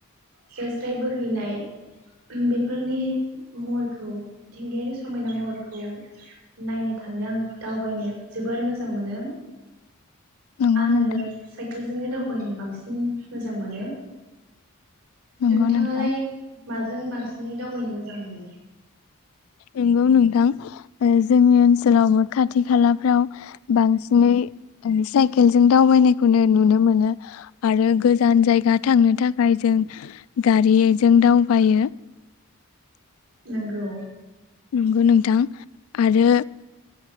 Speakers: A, on the right; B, on the left.
A: स्राय स्राय बोहैनाय बेफोरनि महरखौ मिथिंगायारि समायना महरखौ नायनो थांनो आं दावबायनो जोबोर मोजां मोनो।
B: नंगौ
A: आङो
B: नोंथां
A: साइकेलजोंनो दावबायनो बांसिन मोजां मोनो।
B: नंगौ
A: नोंथाङालाय
B: नोंथां
A: माजों बांसिन नि दावबायनो मोजां मोनो?
B: नंगौ नोंथां जोंनि ओनसोलावबो खाथि खालाफ्राव बांसिनै साइकेलजों दावबायनायखौनो नुनो मोनो आरो गोजान जायगा थांनो थाखाय जों गारिजों दावबायो।
A: नोंगौ।
B: नंगौ नोंथां आरो